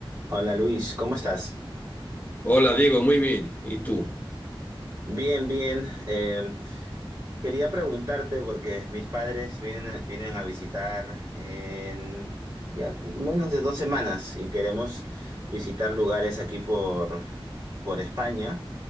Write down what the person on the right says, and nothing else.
Hola Luis, ¿cómo estás?
Bien, bien. Eh, quería preguntarte porque mis padres vienen, vienen a visitar en ya menos de dos semanas y queremos visitar lugares aquí por, por España.